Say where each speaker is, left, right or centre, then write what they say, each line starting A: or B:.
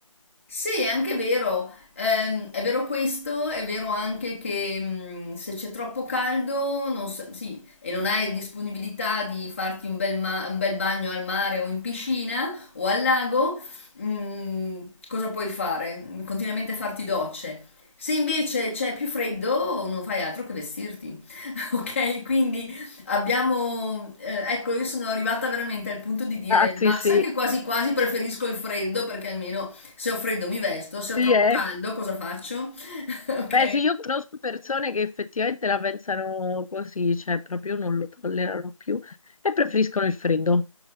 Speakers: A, on the left (about 20°); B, on the left (about 80°).
A: Sì, è anche vero. Ehm, è vero questo, è vero anche che mh, se c'è troppo caldo, non sa- sì, e non hai disponibilità di farti un bel, ma- un bel bagno al mare o in piscina o al lago, mh, cosa puoi fare? Continuamente farti docce. Se invece c'è più freddo, non fai altro che vestirti. <laughs> Ok? Quindi abbiamo, eh, ecco, io sono arrivata veramente al punto di dire,
B: Ah, sì,
A: ma
B: sì.
A: sai che quasi quasi preferisco il freddo perché almeno se ho freddo mi vesto, se ho
B: Sì,
A: troppo
B: eh.
A: caldo cosa faccio? <laughs> Ok?
B: Beh, sì, io conosco persone che effettivamente la pensano così, cioè proprio non lo tollerano più e preferiscono il freddo.